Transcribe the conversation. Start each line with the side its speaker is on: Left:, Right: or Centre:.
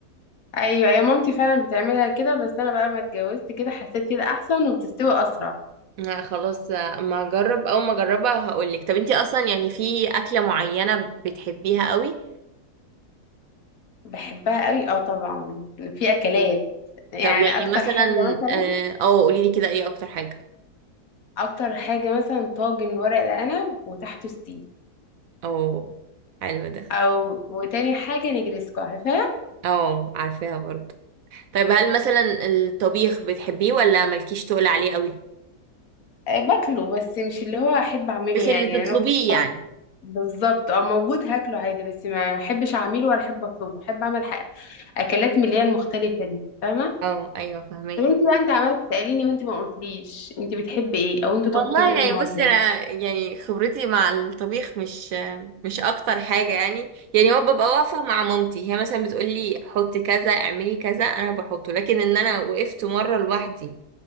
Left: ايوه يا مامتي فعلا بتعملها كده بس انا بقى ما اتجوزت كده حسيت كده احسن وبتستوي اسرع
Right: لا خلاص ما اجرب او ما اجربها هقولك طب انتي اصلا يعني في اكلة معينة بتحبيها قوي
Left: بحبها قوي اه طبعا في اكلات يعني
Right: طب يعني
Left: اكتر
Right: مثلا
Left: حاجه مثلا
Right: اه أو قوليلي كده ايه اكتر حاجة
Left: اكتر حاجه مثلا طاجن ورق العنب وتحته ستيك
Right: او حلو ده
Left: او وتاني حاجه نجرسكو عارفاها
Right: او عارفاها برضه طيب هل مثلا الطبيخ بتحبيه ولا مالكيش تقول عليه قوي
Left: آه، باكله بس مش اللي هو احب اعمله
Right: مش
Left: يعني
Right: اللي تطلبيه
Left: يعني لو ك-
Right: يعني
Left: بالظبط اه موجود هاكله عادي بس ما احبش اعمله ولا احب اطلبه احب اعمل حاجة. اكلات من اللي هي المختلفه دي فاهمه
Right: اه ايوه فهماكي
Left: طب انت بقى انت عماله تساليني وانت ما قلتليش انت بتحبي ايه او انتوا
Right: والله
Left: طابخين ايه
Right: يعني
Left: النهارده
Right: بصي انا يعني خبرتي مع الطبيخ مش مش اكتر حاجه يعني يعني هو ببقى واقفه مع مامتي هي مثلا بتقولي حطي كذا اعملي كذا انا بحطه لكن ان انا وقفت مره لوحدي